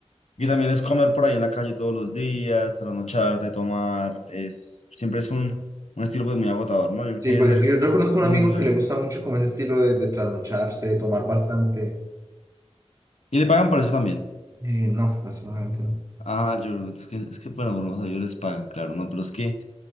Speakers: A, on the left; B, on the right.
A: y también es comer por ahí en la calle todos los días, trasnocharte, tomar, es, siempre es un, un estilo pues muy agotador, ¿no? Yo
B: Sí,
A: creo que debe
B: pues
A: ser
B: yo, yo conozco un
A: muy,
B: amigo
A: muy hard.
B: que le gusta mucho como ese estilo de, de trasnocharse, de tomar bastante.
A: Y le pagan por eso también.
B: Eh, no, lastimosamente no.
A: Ah, yo creo que es que, es que bueno, pero, o sea, ellos les pagan, claro, ¿no? Pero es que